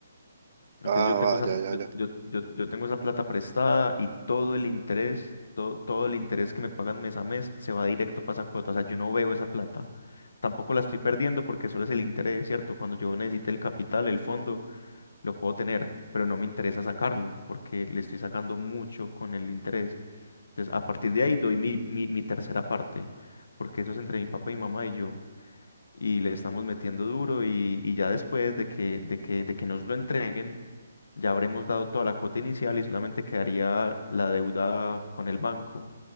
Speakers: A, on the left (about 70°); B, on the right (about 50°).
A: Entonces
B: Ah,
A: yo tengo
B: va,
A: esa,
B: ya,
A: pl-
B: ya,
A: yo,
B: ya.
A: yo, yo, yo tengo esa plata prestada y todo el interés, todo, todo el interés que me pagan mes a mes se va directo para esa cuota. O sea, yo no veo esa plata. Tampoco la estoy perdiendo porque solo es el interés, ¿cierto? Cuando yo necesite el capital, el fondo, lo puedo tener, pero no me interesa sacarlo porque le estoy sacando mucho con el interés. Entonces, a partir de ahí doy mi, mi, mi tercera parte, porque eso es entre mi papá y mi mamá y yo, y le estamos metiendo duro y, y ya después de que, de que, de que nos lo entreguen, ya habremos dado toda la cuota inicial y solamente quedaría la deuda con el banco.